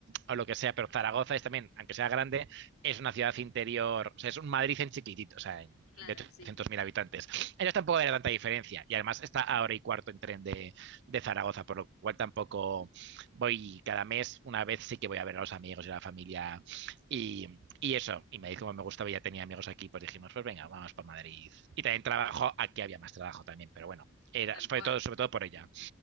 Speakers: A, on the right (about 55°); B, on the left (about 80°).
A: o, lo que sea, pero Zaragoza es también, aunque sea grande, es una ciudad interior, o sea, es un Madrid en chiquitito, o sea, en,
B: Claro,
A: de 800.000
B: sí,
A: habitantes. Ellos tampoco era tanta diferencia y además está a hora y cuarto en tren de, de, Zaragoza, por lo cual tampoco voy cada mes, una vez sí que voy a ver a los amigos y a la familia y, y eso, y me dijo como me gustaba, y ya tenía amigos aquí, pues dijimos, pues venga, vamos por Madrid. Y también trabajo, aquí había más trabajo también, pero bueno, era,
B: tal
A: sobre
B: cual.
A: todo, sobre todo por ella.